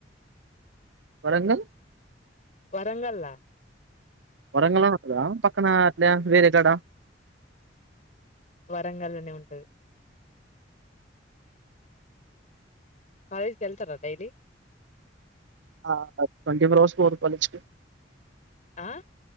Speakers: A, on the right; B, on the left.
A: వరంగల్
B: వరంగల్ల
A: వరంగల్ లోనే ఉంటదా పక్కన అట్ల వేరే కాడ
B: వరంగల్లోనే ఉంటది కాలేజ్కిెళ్తరా డైలి
A: ఆ ట్వంటీ ఫోర్ అవర్స్ పోర్ కాలేజ్
B: అ